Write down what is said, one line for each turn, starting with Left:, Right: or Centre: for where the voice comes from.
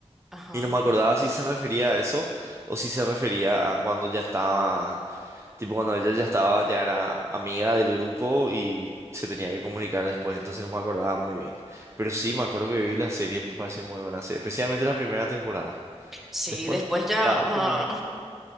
Centre: Ajá.
Right: Y no me acordaba si se refería a eso o si se refería a cuando ya estaba, tipo cuando ella ya estaba, ya era amiga del grupo y se tenía que comunicar después, entonces no me acordaba muy bien. Pero sí, me acuerdo que vi la serie, me pareció muy buena serie, especialmente la primera temporada.
Centre: Sí,
Right: Después,
Centre: después ya
Right: la última.
Centre: ah,